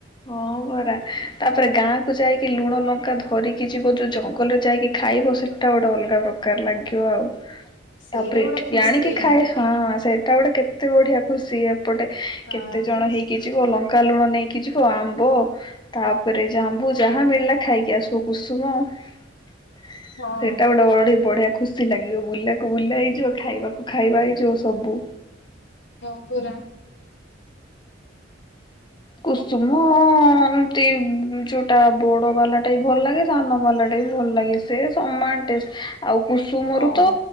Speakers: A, on the left (about 25°); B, on the left (about 75°).
A: ହଉ। ପରା ତାପରେ ଗାଁ କୁ ଯାଇକି ଲୁଣ ଲଙ୍କା ଧରିକି ଯିବ ଯୋଉ ଜଙ୍ଗଲରେ ଯାଇକି ଖାଇବ ସେଟା ଗୋଟେ ଅଲଗା ପ୍ର ଦରକାର ଲାଗିବ ଆଉ
B: ସେଇଟା
A: ତାପରେ
B: ଗୋଟେ
A: ଏଠି
B: ଖୁସି
A: କି ଆଣିକି ଖାଏ ହଁ ସେଟା ଗୋଟେ କେ କେତେ ବଢ଼ିଆ ଖୁସି ଏପଟେ କେତେ
B: ଆଉ
A: ଜଣ ହେଇକି ଯିବ ଲଙ୍କା ଲୁଣ ନେଇକି ଯିବ। ଆମ୍ବ ତାପରେ ଜାମ୍ବୁ ଯାହା ମିଳିଲା ଖାଇକି ଆସୁ। ସୁ କୁସୁମ ସେଟା
B: ହଁ
A: ଗୋଟେ ବଢେ ବଢିଆ ଖୁସି ଲାଗିବ ବୁଲାକୁ ବୁଲା ହେଇଯିବ ଖାଇବାକୁ ଖାଇବା ହେଇଯିବ ସବୁ।
B: ଜଉ ପୁରା।
A: କୁସୁମ ଏମତି ଯୋଉଟା ବୋଡ ବାଲାଟା ବି ଭଲ ଲାଗେ ସାନ ବାଲାଟା ଭଲ ଲାଗେ ସେ ସମାନ ଟେଷ୍ଟ ଆଉ କୁସୁମରୁ
B: ହଁ
A: ତ